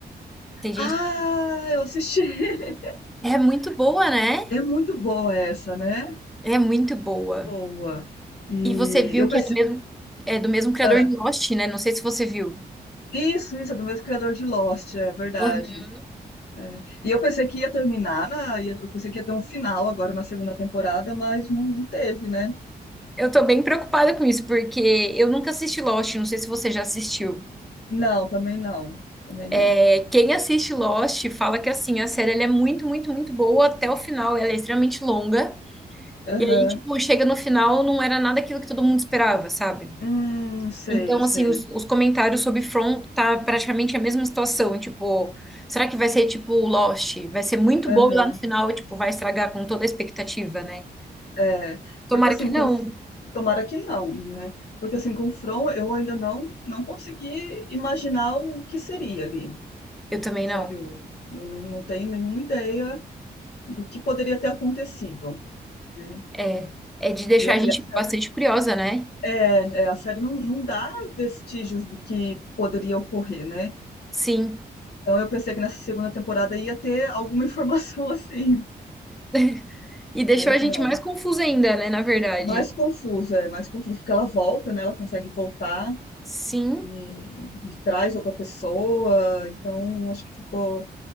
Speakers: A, in the centre; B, on the left.
A: Tem gente
B: Ah,
A: que
B: eu assisti. <laughs>
A: é muito boa, né?
B: É muito boa essa, né? Muito
A: É muito boa.
B: boa. E
A: E você viu
B: eu
A: que
B: pensei.
A: é do mesmo, é do mesmo criador
B: Ah,
A: de Lost, né? Não sei se você viu.
B: isso, isso, é do mesmo criador de Lost, é verdade.
A: Uhum.
B: É. E eu pensei que ia terminar, na, ia- eu pensei que ia ter um final agora na segunda temporada, mas não, não teve, né?
A: Eu tô bem preocupada com isso, porque eu nunca assisti Lost, não sei se você já assistiu.
B: Não, também não. Também
A: É,
B: não.
A: quem assiste Lost fala que assim, a série ela é muito, muito, muito boa até o final, ela é extremamente longa.
B: Aham.
A: E aí, tipo, chega no final, não era nada aquilo que todo mundo esperava, sabe?
B: Hum, sei,
A: Então,
B: sei.
A: assim, os, os comentários sobre From tá praticamente a mesma situação. Tipo, será que vai ser tipo Lost? Vai ser muito
B: Aham.
A: bobo lá no final, tipo, vai estragar com toda a expectativa, né?
B: É.
A: Tomara
B: Porque assim,
A: que não.
B: com. Tomara que não, né? Porque assim, com o From eu ainda não, não consegui imaginar o que seria ali.
A: Eu também
B: sabe?
A: não.
B: Eu, eu não, não tenho nenhuma ideia do que poderia ter acontecido, né?
A: É, é de deixar
B: E,
A: a gente
B: e a série,
A: bastante curiosa, né?
B: é, é, a série não, não dá vestígios do que poderia ocorrer, né?
A: Sim.
B: Então eu pensei que nessa segunda temporada ia ter alguma informação <laughs> assim,
A: <laughs> E deixou
B: mas
A: a gente
B: não.
A: mais confusa ainda, né? Na verdade.
B: Mais confuso, é, mais confuso, porque ela volta, né? Ela consegue voltar
A: Sim.
B: e, e traz outra pessoa, então acho que ficou.